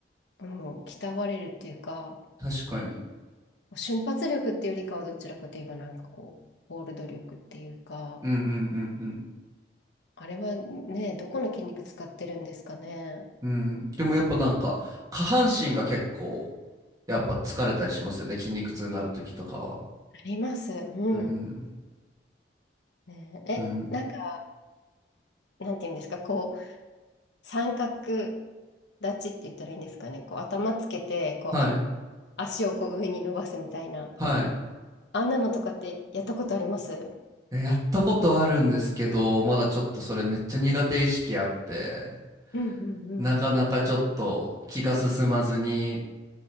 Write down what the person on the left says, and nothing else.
うん、鍛われるっていうか、
瞬発力っていうよりかはどちらかといえばなんかこう、ホールド力っていうか、
あれはね、どこの筋肉使ってるんですかね。
あります。うん。
ね、
え、なんか、なんていうんですか、こう、三角立ちって言ったらいいんですかね。こう、頭つけて、こう、
あ、足をこう上に伸ばすみたいな。
あんなのとかってやったことあります
うんうん